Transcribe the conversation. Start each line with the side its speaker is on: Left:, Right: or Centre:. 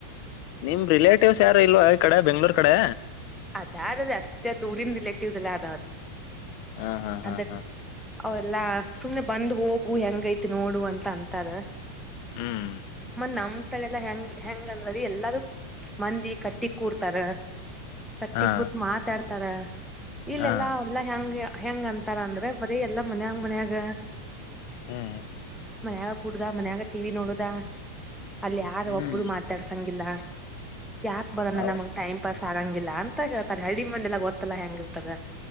Left: ನಿಮ್ ರಿಲೇಟಿವ್ಸ್ ಯಾರು ಇಲ್ವಾ ಈ ಕಡೆ ಬೆಂಗಳೂರು ಕಡೆ
Centre: ಅದಾರೆ ಅಷ್ಟೇ ದೂರಿನ್ ರಿಲೇಟಿವ್ಸ್ ಎಲ್ಲ ಅದಾವ್ರ
Left: ಹ ಹ ಹ
Centre: ಅದ
Left: ಹ
Centre: ಅವೆಲ್ಲಾ ಸುಮ್ನೆ ಬಂದು್ ಹೋಗು ಹೆಂಗೈತಿ ನೋಡು ಅಂತ ಂತ ಅದ
Left: ಹ್ಮ್.
Centre: ಮತ್ತೆ ನಮ್ಮ ಸಳೆಲ್ಲ ಹೆಂಗ ಹೆಂಗಂದದ ಎಲ್ಲಾರೂ ಮಂದಿ ಕಟ್ಟಿ ಕೂಡ್ತಾರ ಕಟ್ಟಿ
Left: ಹಾ
Centre: ಕೂತ್ ಮಾತಾಡ್ತ ತರ ಇಲ್ಲಲ್ಲಾ
Left: ಹಾ
Centre: ಅವ್ರಲ್ಲಾ ಹೆಂಗ ಹೆಂಗ ಅಂತಾರ ಅಂದ್ರೆ ಬರೀ ಎಲ್ಲಾ ಮನ್ಯಂಗ್ ಮನ್ಯಾಗ
Left: ಹ್ಮ್
Centre: ಮನ್ಯಾಗ ಕೂಡ್ದ ಮನೆಯಲ್ಲಿ ಟಿ ವಿ ನೋಡುದ ಅಲ್ಲಿ ಯಾರ
Left: ಹ್ಮ್
Centre: ಒಬ್ರು ಮಾತಾಡ್ಸಂಗಿಲ್ಲ ಯಾಕ ಬರೋಣ
Left: ಹೌ
Centre: ನಮಗ್ ಟೈಮ್ ಪಾಸ್ ಆಂಗಿಲ್ಲ ಅಂತ ಹೇಳ್ತಾರೆ ಹಳ್ಳಿ ಮಂದೆಲ್ಲ ಗೊತ್ತಲ್ಲ ಹೆಂಗಿರ್ತದ